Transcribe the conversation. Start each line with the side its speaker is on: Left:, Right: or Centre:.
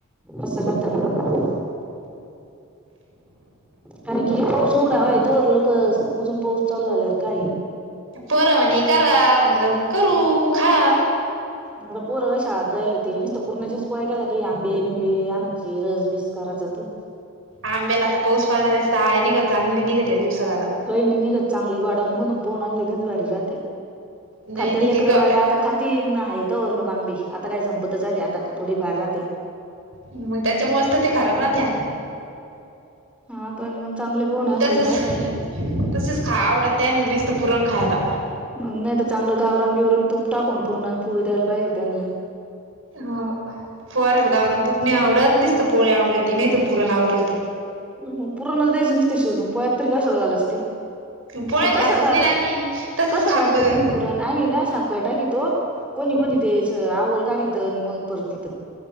Centre: कसा राहतो. कारण की पाऊस उघडावाय तोवर लोक <unintelligible> पाऊस चालू झाल्यार काही
Right: पोरावाणी करा, म्हटलं मग करू खा.
Centre: आता पोर काय शाळेत जायल होते. नुसतं पुरणाच्याच पोळ्या केला काही, आंबे बिंबे आणायचे, रस बीस करायचा तो?
Right: आंब्याला आता पाऊस पडला. त्याची आळया निघत. चांगली नाही निघत या दिवसा आता.
Centre: होय <unintelligible> चांगले गोडाऊनमधून पोन आणले गंज भारी राहते.
Right: नाही
Centre: खात्या
Right: नाही
Centre: लेकर,
Right: ते ग
Centre: बाळं आता खा तीन हाय तवरलोक आंबे, आता काय संपतच आली, आता थोडीफार राहते.
Right: मग त्याच्यामुळेच ते खराब राहत्या.
Centre: हा पण मग चांगले पोन आणलेत
Right: तसच
Centre: राहते ना.
Right: तसेच खाय आवडत्या निसतं पुरण खायला.
Centre: नाही तर चांगलं तर आवरून बिवरून तूप टाकून, पुरणाची पोळी तयार करायची त्यांनला.
Right: ह पोराला गावरान तूप नाही आवडत, निसतं पोळी आवडती, नायतर पुरण आवडत.
Centre: हं हं पुरणच द्यायचं नुसतं शिजवून, पोळ्यात तरी कशाला घालायचं?
Right: पोळ्यात घातलंच
Centre: कस गं,
Right: नाही ना आम्ही तसच
Centre: कस
Right: खाल्लं.
Centre: करता तुम्ही. पुरण आम्ही ना साखर टाकीतो कोणी कोणी? दयाच आवल काढीत तर मग परत तिथं.